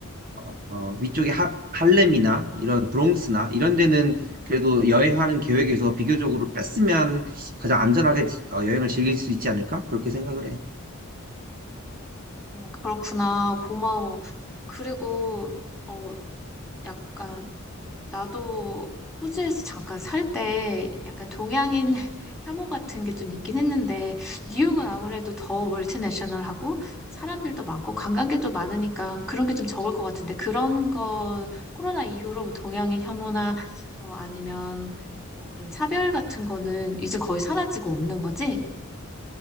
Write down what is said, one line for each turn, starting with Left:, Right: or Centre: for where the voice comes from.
Right: 어, 어, 위쪽에 하, 할렘이나 이런 브롱스나 이런 데는 그래도 여행하는 계획에서 비교적으로 뺐으면 가장 안전하게 지- 어, 여행을 즐길 수 있지 않을까? 그렇게 생각을 해.
Centre: 음, 그렇구나. 고마워. 그리고, 어, 약간, 나도 호주에서 잠깐 살 때 약간 동양인 <laughs> 혐오 같은 게 좀 있긴 했는데 뉴욕은 아무래도 더 멀티내셔널하고 사람들도 많고 관광객도 많으니까 그런 게 좀 적을 것 같은데 그런 건 코로나 이후로 뭐 동양인 혐오나 뭐 아니면 뭐 그런 차별 같은 거는 이제 거의 사라지고 없는 거지?